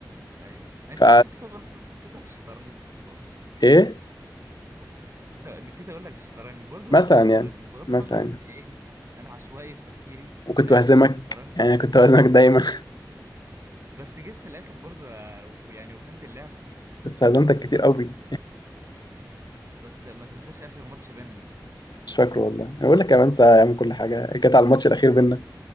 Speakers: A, on the right; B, on the left.
A: ايوه انا
B: ف
A: نسيت اقول لك الشطرنج اصلا
B: ايه
A: نسيت اقول لك الشطرنج برضو
B: مثلا
A: بحب الشطرنج
B: يعني
A: بغض
B: مثلا
A: النظر ان ايه انا عشوائي في تفكيري
B: وكنت
A: فاهم
B: بهزمك
A: في الشطرنج
B: يعني كنت بهزمك دايما <laughs>
A: بس جيت في الاخر برضو آه، و- يعني وفهمت اللعبة
B: بس هزمتك كتير قوي
A: بس ما تنساش اخر ماتش بينا
B: مش فاكره والله انا بقول لك يا بنسى اعمل كل حاجه كانت على الماتش الاخير بينا